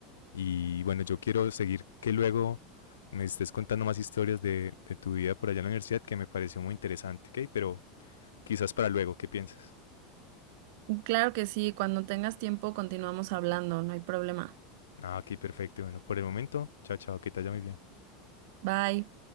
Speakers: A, on the left; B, on the right.
A: Y bueno, yo quiero seguir que luego me estés contando más historias de, de tu vida por allá en la universidad que me pareció muy interesante, ¿ok? Pero quizás para luego, ¿qué piensas?
B: Claro que sí, cuando tengas tiempo continuamos hablando, no hay problema.
A: Ah, ok, perfecto. Bueno, por el momento, chao, chao, que te vaya muy bien.
B: Bye.